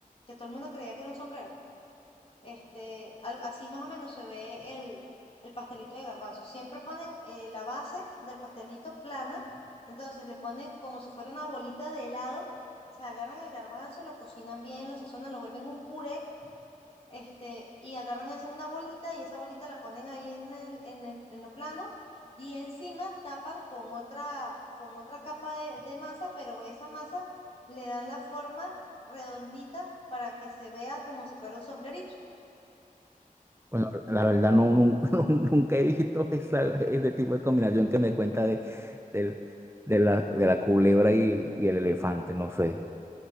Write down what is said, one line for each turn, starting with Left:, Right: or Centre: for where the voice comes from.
Left: Que todo el mundo creía que era un sombrero. Este, al- así más o menos se ve el, el pastelito de garbanzo. Siempre ponen eh, la base del pastelito plana, entonces le ponen como si fuera una bolita de helado, se agarran el garbanzo, lo cocinan bien, lo sazonan, lo vuelven un puré, este, y agarran y hacen una bolita y esa bolita la ponen ahí en el, en el, en lo plano y encima tapan con otra, con otra capa de, de masa, pero esa masa le dan la forma redondita para que se vea como si fuera un sombrerito.
Right: Bueno, la verdad no, nun- <laughs> nun- nunca he visto esa, ese tipo de combinación que me cuenta de, del- de la, de la culebra y, y el elefante, no sé.